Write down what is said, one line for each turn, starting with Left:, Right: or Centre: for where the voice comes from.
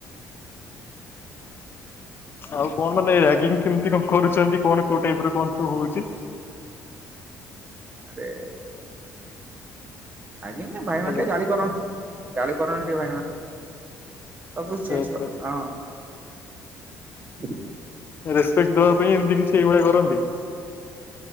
Left: ଆଉ କଣ ମାନେ ରାଗିଙ୍ଗ୍ କେମିତି କଣ କରୁଛନ୍ତି କଣ କୋଉ ଟାଇପ୍ ର କଣ ସବୁ ହଉଛି।
Right: ଆରେ ଆଜ୍ଞା ସେ ଭାଇମାନେ
Left: ହ୍ୟାଲୋ
Right: ଟିକେ ଗାଳି କରନ୍ତି ଗାଳି କରନ୍ତି ଟିକେ ଭାଇମାନେ। ତାକୁ
Left: ଆଚ୍ଛା
Right: ଚେଞ୍ଜ
Left: ଆଚ୍ଛା
Right: କର ହଁ।
Left: ରେସପେକ୍ଟ ଦବା ପାଇଁ ଏମିତି କିଛି ଏଇଭଳିଆ କରନ୍ତି।